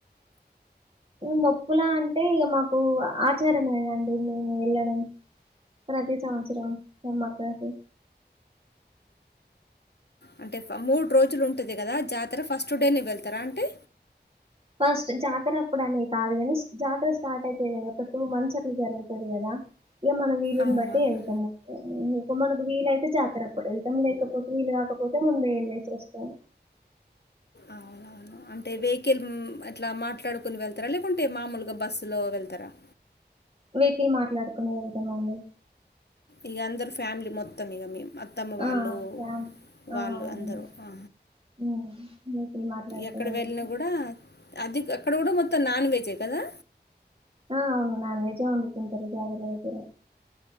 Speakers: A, on the right; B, on the left.
A: మొక్కులా అంటే ఇగ మాకు ఆచారమేనండి నేను వెళ్ళడం ప్రతి సంవత్సరం సమక్కకి
B: అంటే మూడు రోజులు ఉంటది కదా జా తర ఫస్ట్ డేనే వెళ్తార అంటే
A: ఫస్ట్ జాతర అప్పుడు అనే కాదు గాని జాతర స్టార్ట్ అయితయ్ కదా ఒక టూ మంత్స్ అట్ల జరుగుతాది గదా ఇగ మన వీలుని
B: అవునవును
A: బట్టి ఎళ్తాము ఇంక మనకు వీలైతే జాతర అప్పుడు ఎళ్తాము లేకపోతే వీలు కా కాకపోతే ముందు ఈడ్నే చేస్తాం
B: అవున అంటే వెహికల్ అట్ల మాట్లాడుకుని వెళ్తర లేకుంటే మామూలుగా బస్సు లో వెళ్తర <inaudible>
A: వెహికిల్ మాట్లాడుకునే వెళ్తామండి
B: ఇగ అందరు ఫ్యామిలీ మొత్తం ఇగ మేమ్ అత్తమ్మ వాళ్ళు
A: ఆ ఫ్యామ్ ఆ
B: వాళ్ళు
A: అవునండి
B: అందరు ఆ
A: హ్మ్. వెహికల్ మాట్లాడుకునే
B: ఎక్కడ
A: వెళ్తాం
B: వెళ్ళినా గూడా అది అక్కడ కూడా మొత్తం నాన్ వెజ్యే కదా
A: ఆ అవును నాన్ వెజ్యే వండుకుంటారు జాతర దగ్గర